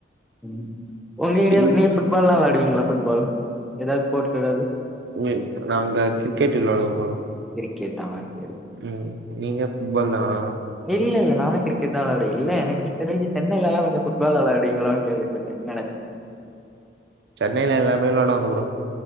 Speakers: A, in the centre; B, on the right.
A: ம் உங்க
B: சரி
A: ஏரியால நீங்க ஃபுட்பால்லா வெளாடுவீங்களா ஃபுட்பால் ஏதாவது ஸ்போர்ட்சு ஏதாவது
B: ம் நாங்க கிரிக்கெட்டு விளையாட போறோ
A: கிரிக்கெட் அ சேரி
B: ம் நீங்க ஃபுட்பால் தானா
A: இல்ல இல்ல நானு கிரிக்கெட் தா வெளா இல்ல எனக்கு தெரிஞ்சு சென்னைலல்லா கொஞ்சோ ஃபுட்பால் விளையாடிவிங்களோனு கேள்விபட்டே நெனச்சே
B: சென்னைல எல்லாமே வெளாடுவாங்க ப்ரோ